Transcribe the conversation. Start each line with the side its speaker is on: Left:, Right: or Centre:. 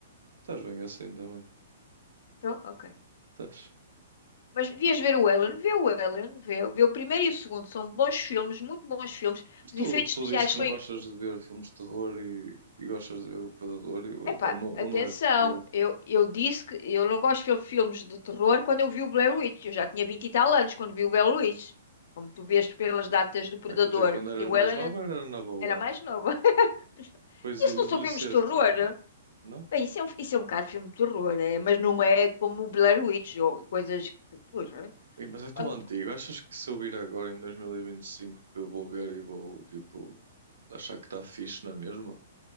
Right: Estás bem assim também.
Left: Então, ok.
Right: Estás.
Left: Mas devias ver o Ellen, vê o Ellen, vê, vê o primeiro e o segundo. São bons filmes, muito bons filmes. Os
Right: Tu,
Left: efeitos
Right: tu
Left: especiais
Right: dizes que
Left: são
Right: não gostas de ver filmes de terror e, e gostas de ver O Predador, e o-
Left: Epá,
Right: ou, não, ou
Left: atenção,
Right: não é de terror?
Left: eu, eu disse que eu não gosto de fil- filmes de terror quando eu vi o Blair Witch. Eu já tinha 20 e tal anos quando vi o Blair Witch. Como tu vês pelas datas do Predador.
Right: Ah, quer dizer, quando eras
Left: E o
Right: mais
Left: Alien
Right: nova era na boa,
Left: era mais nova. <laughs>
Right: depois
Left: Isso
Right: envelheceste
Left: não são filmes de terror?
Right: e já não. Não?
Left: Bem, isso é um, isso é um bocado filme de terror, é, mas não é como o Blair Witch ou coisas que. porra,
Right: Ei, mas é tão
Left: quando-
Right: antigo. Achas que se eu vir agora em 2025 que eu vou ver e vou, tipo, achar que está fixe na mesma?